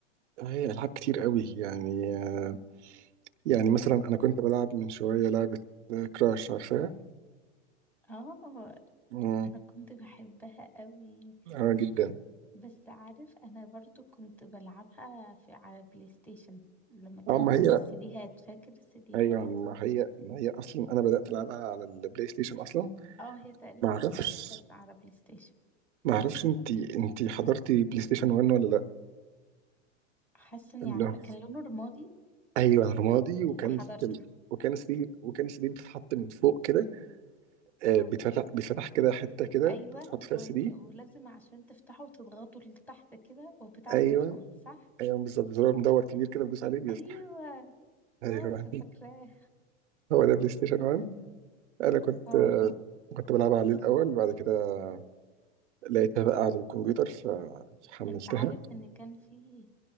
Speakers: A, on the right (about 75°); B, in the centre.
A: هي العاب كتير قوي يعني آه، يعني مثلا انا كنت بلعب من شويه لعبه كراش عارفها
B: آه،
A: امم
B: أنا كنت باحبها أوي،
A: اه جدا
B: بس عارف أنا برضه كنت بالعبها في على PlayStation لمّا كان
A: اه ما
B: بيبقى
A: هي
B: السيديهات، فاكر السيديهات؟
A: ايوه ما هي ما هي اصلا انا بدات العبها على البلاي ستيشن اصلا
B: آه، هي تقريبًا
A: ما اعرفش
B: من الأول كانت على PlayStation.
A: ما اعرفش انت انت حضرتي بلاي ستيشن 1 ولا لا
B: حاسة إني
A: لا
B: عارفة كان لونه رمادي،
A: ايوه رمادي وكانت
B: يبقى حضرته.
A: ال... وكان السي وكان السي دي بتتحط من فوق كده آه،
B: آه،
A: بيتفتح بيتفتح كده حته كده
B: أيوه
A: بتحط فيها
B: وك
A: السي دي
B: ولازم عشان تفتحه تضغطه لتحت كده والبتاعة
A: ايوه
B: بتفتح، صح؟
A: ايوه بالظبط زرار مدور كبير كده بتدوس عليه بيفتح
B: ايوه
A: ايوه
B: اه انا فاكراه
A: هو ده بلاي ستيشن 1 انا كنت
B: اه
A: آه، كنت بلعب عليه الاول بعد كده لقيتها بقى على الكمبيوتر ف- فحملتها
B: انت عارف ان كان في